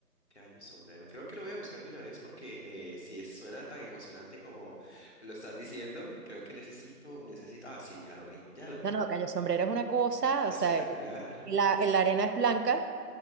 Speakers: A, on the left (about 45°); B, on the right (about 75°).
A: Cayo Sombrero. Creo que lo voy a buscar de una vez porque eh, si es- suena tan emocionante como lo estás diciendo, creo que necesito, necesito. Ah, sí, ya lo vi, ya lo vi.
B: No, no, Cayo Sombrero es una cosa,
A: Espectacular.
B: o sea, eh, la, la arena es blanca